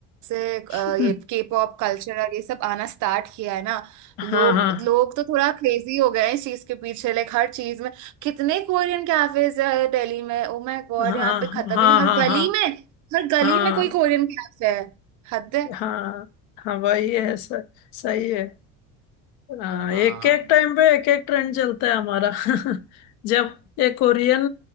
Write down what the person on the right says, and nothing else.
से अ,
ये के पॉप कल्चर और ये सब आना स्टार्ट किया है ना
लोग
लोग तो थोड़ा क्रेजी हो गए हैं इस चीज के पीछे लाइक हर चीज में कितने कोरियन कैफेज है दिल्ली में ओ माय गॉड
यहाँ पे खत्म
ही नहीं हर
गली
में हर गली
में कोई कोरियन कैफे है हद है
हाँ